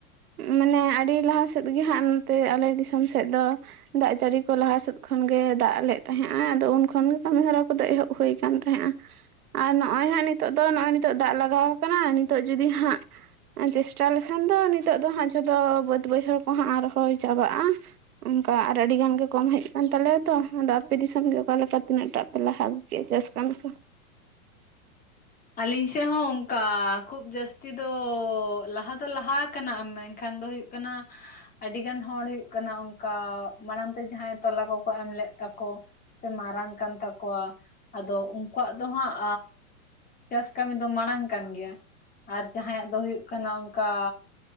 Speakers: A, on the right; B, on the left.
A: ᱢᱟᱱᱮ ᱟᱹᱰᱤ ᱞᱟᱦᱟ ᱥᱮᱫ ᱜᱮ ᱦᱟᱸᱜ ᱱᱚᱛᱮ ᱟᱞᱮ ᱫᱤᱥᱚᱢ ᱥᱮᱫ ᱫᱚ ᱾ ᱫᱟᱜ ᱡᱟᱹᱲᱤ ᱠᱚ ᱞᱟᱦᱟ ᱥᱮᱫ ᱠᱷᱚᱱᱜᱮ ᱫᱟᱜ ᱞᱮᱫ ᱛᱟᱦᱮᱸᱫᱼᱟ ᱟᱫᱚ ᱩᱱ ᱠᱷᱚᱱᱜᱮ ᱠᱟᱹᱢᱤᱦᱚᱨᱟ ᱠᱚᱫᱚ ᱮᱦᱚᱵ ᱦᱩᱭ ᱟᱠ ᱛᱟᱦᱮᱸᱫᱼᱟ ᱾ ᱟᱨ ᱱᱚᱜᱼᱚᱭ ᱦᱟᱸᱜ ᱱᱤᱛᱚᱜ ᱫᱚ ᱱᱚᱜᱼᱚᱭ ᱱᱤᱛᱚᱜ ᱫᱟᱜ ᱞᱟᱜᱟᱣ ᱠᱟᱱᱟ ᱱᱤᱛᱚᱜ ᱡᱩᱫᱤ ᱦᱟᱸᱜ, ᱪᱮᱥᱴᱟ ᱞᱮᱠᱷᱟᱱ ᱫᱚ ᱱᱤᱛᱚᱜ ᱫᱚ ᱦᱟᱸᱜ ᱡᱷᱚᱛᱚ ᱵᱟᱹᱫ ᱵᱟᱹᱭᱦᱟᱹᱲ ᱠᱚᱦᱟᱸ ᱟᱨᱦᱚᱸ ᱪᱟᱵᱟᱜᱼᱟ ᱾ ᱚᱱᱠᱟ ᱟᱨ ᱟᱹᱰᱤ ᱜᱟᱱ ᱜᱮ ᱠᱚᱢ ᱦᱮᱡ ᱠᱟᱱᱟᱱ ᱛᱟᱞᱮᱭᱟ ᱛᱚ ᱚᱰᱮ ᱟᱯᱮ ᱫᱤᱥᱚᱢ ᱜᱮ ᱚᱠᱟᱮ ᱞᱮᱠᱟ ᱛᱤᱱᱟᱹᱜ ᱴᱟᱜ? ᱞᱟᱦᱟ ᱟᱹᱜᱩ ᱠᱮᱫᱼᱟ ᱪᱟᱥ ᱠᱟᱱᱢᱤ ᱠᱚ?
B: ᱟᱹᱞᱤᱧ ᱥᱮᱫ ᱦᱚᱸ ᱚᱱᱠᱟ ᱠᱷᱩᱵ ᱡᱟᱹᱥᱛᱤ ᱫᱚ ᱞᱟᱦᱟᱛᱮ, ᱛᱚ ᱞᱟᱦᱟ ᱠᱟᱱᱟ ᱮᱢ ᱮᱱᱠᱷᱟᱱ ᱫᱚ ᱦᱩᱭᱩᱜ ᱠᱟᱱᱟ, ᱟᱹᱰᱤᱜᱟᱱ ᱦᱚᱲ ᱦᱩᱭᱩᱜ ᱠᱟᱱᱟ ᱚᱱᱠᱟ ᱢᱟᱲᱟᱝ ᱛᱮ ᱡᱟᱦᱟᱸᱭ ᱛᱚᱞᱟ ᱠᱚᱠᱚ ᱮᱢ ᱞᱮᱫ ᱛᱟᱠᱚ, ᱥᱮ ᱢᱟᱨᱟᱝ ᱠᱟᱱ ᱛᱟᱠᱚᱣᱟ ᱟᱫᱚ ᱩᱱᱠᱩᱣᱟᱜ ᱫᱚ ᱦᱟᱸᱜ, ᱪᱟᱥ ᱠᱟᱹᱢᱤ ᱫᱚ ᱢᱟᱲᱟᱝ ᱠᱟᱱ ᱜᱮᱭᱟ ᱟᱨ ᱡᱟᱦᱟᱸᱭᱟᱜ ᱫᱚ ᱦᱩᱭᱩᱜ ᱠᱟᱱᱟ ᱚᱱᱠᱟ